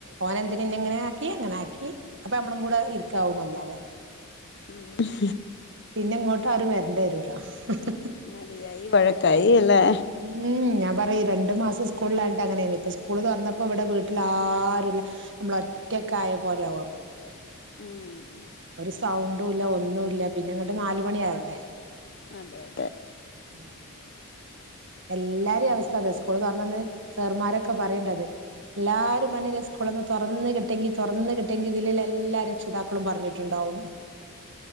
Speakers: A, on the right; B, on the left.
A: ഓനെന്തിതിനെ എങ്ങനെ ആക്കി അങ്ങനെ ആക്കി അപ്പൊ നമ്മളും കൂടെ ഇരിക്കാവും നന്നാവ
B: ഉം
A: പിന്നെ ങ്ങോട്ട് ആരു വര് രണ്ടായി <unintelligible>
B: അടിയായി വഴക്കായി അല്ലേ
A: ഉം ഞ ത പഈ രണ്ടു മാസം സ്കൂളിലായിട്ട് അങ്ങനെ ഇപ്പ സ്കൂള് തുറന്നപ്പോ ഇവിടെ വീട്ടിൽ ആരുല്ല നമ്മള ഒറ്റൊക്കെ ആയ പോലെ ആവും അപ്പൊ
B: ഉം
A: ഒരു സൗണ്ടും ഇല്ല ഒന്നുമല്ല പിന്നെ അങ്ങട്ട് നാലുമണി ആവണ്ടേ
B: അതെ അതെ
A: ഉം എല്ലാരും അവസ്ഥ അതെ സ്കൂള് തൊർന്നന്ന് സാർമാരൊക്കെ പറയ്ണ്ടത് എല്ലാരും പർഞ്ഞിഞേ സ്കൂളന്ന് തുറന്ന് കിട്ടെങ്കി തുറന്ന് കിട്ടെങ്കി ഇതില്ള്ള എല്ലാ രക്ഷിതാക്കളും പറഞ്ഞിട്ടുണ്ടാവു